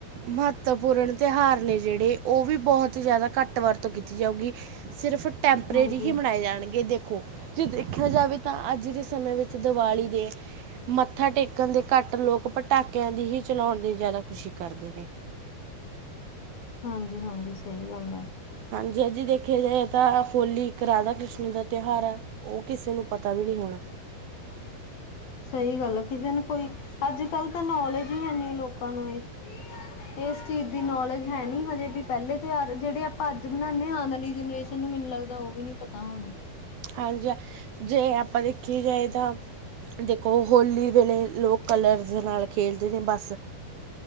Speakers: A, on the right; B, on the left.
A: ਮਹੱਤਵਪੂਰਨ ਤਿਉਹਾਰ ਨੇ ਜਿਹੜੇ ਉਹ ਵੀ ਬਹੁਤ ਜ਼ਿਆਦਾ ਘੱਟ। ਵਰਤੋਂ ਕੀਤੀ ਜਾਊਗੀ ਸਿਰਫ ਟੈਂਪਰੇਰੀ
B: ਹਾਂਜੀ,
A: ਹੀ ਮਨਾਏ ਜਾਣਗੇ। ਦੇਖੋ ਜੇ ਦੇਖਿਆ ਜਾਵੇ ਤਾਂ ਅੱਜ ਦੇ ਸਮੇਂ ਵਿੱਚ ਦੀਵਾਲੀ ਦੇ। ਮੱਥਾ ਟੇਕਣ ਦੇ ਘੱਟ ਲੋਕ ਪਟਾਕਿਆਂ ਦੀ ਹੀ ਚਲਾਉਣ ਦੀ ਜ਼ਿਆਦਾ ਖੁਸ਼ੀ ਕਰਦੇ ਨੇ।
B: ਹਾਂਜੀ ਹਾਂਜੀ ਸਹੀ ਗੱਲ ਹੈ।
A: ਹਾਂਜੀ ਹਾਂ ਜੇ ਦੇਖੀ। ਆ ਜਾਏ ਤਾਂ ਹੋਲੀ ਇੱਕ ਰਾਧਾ ਕ੍ਰਿਸ਼ਨ ਦਾ ਤਿਉਹਾਰ ਹੈ ਉਹ ਕਿਸੇ ਨੂੰ ਪਤਾ ਵੀ ਨਹੀਂ ਹੋਣਾ।
B: ਹਮ ਸਹੀ ਗੱਲ ਆ ਕਿਸੇ ਨੂੰ ਕੋਈ ਅੱਜ ਕੱਲ ਤਾਂ ਨੌਲੇਜ ਹੀ ਹੈਨੀ ਲੋਕਾਂ ਨੂੰ ਇਹ। ਇਸ ਚੀਜ਼ ਦੀ ਨੌਲੇਜ ਹੈ ਨੀ ਹਜੇ ਵੀ ਪਹਿਲੇ ਤਿਉਹਾਰ ਜਿਹੜੇ ਆਪਾਂ ਅੱਜ ਬਨਾਦੇ ਹਾਂ ਆਉਣ ਵਾਲੀ ਜਨਰੇਸ਼ਨ। ਤੈਨੂੰ ਮੈਨੂੰ ਲੱਗਦਾ ਉਹ ਵੀ ਨੀ ਪਤਾ ਹੋਣਾ।
A: ਹਾਂਜੀ ਜੇ ਆਪਾਂ ਦੇਖੀ ਜਾਏ ਤਾਂ ਦੇਖੋ ਹੋਲੀ ਵੇਲੇ ਲੋਕ। ਕਲਰ ਦੇ ਨਾਲ ਖੇਲਦੇ ਨੇ ਬਸ